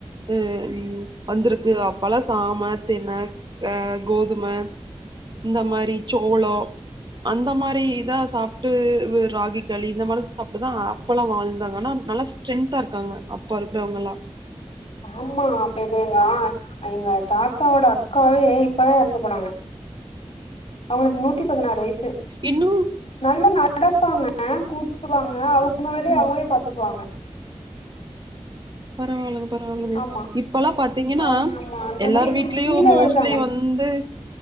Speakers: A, on the right; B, on the left.
A: அ வந்துருக்கு அப்பெல்லா சாம தின அ கோதும இந்த மாரி சோளோ அந்த மாரி இதா சாப்ட்டு ராகி களி இந்த மாரி சாப்ட்டுதா அப் பெல்லா வாழ்ந்தாங்க ஆனா நல்லா ஸ்ட்ரெந்தா இருக்காங்க அப்ப இருக்றவங்கலா
B: ஆமா அந்த இது தா எங்க தாத்தாவோட அக்காவே இப்பதா எறந்து போனாங்க அவுங்களுக்கு நூத்தி பதினாறு வயசு
A: இன்னுமு
B: நல்லா நடப்பாங்க கூட்டுவாங்க அவங்க வேலய
A: ம்
B: அவங்களே பாத்துக்குவாங்க
A: பரவாலங் பரவாலங்க
B: ஆமா
A: இப்பெல்லா பாத்தீங்கன்னா
B: அவங்க ஆமா அந்த
A: எல்லாரு
B: மாதிரி இருந்துட்டு
A: வீட்லயு
B: கீழே
A: மோஸ்ட்லி
B: விழுந்தாங்க
A: வந் இந்தே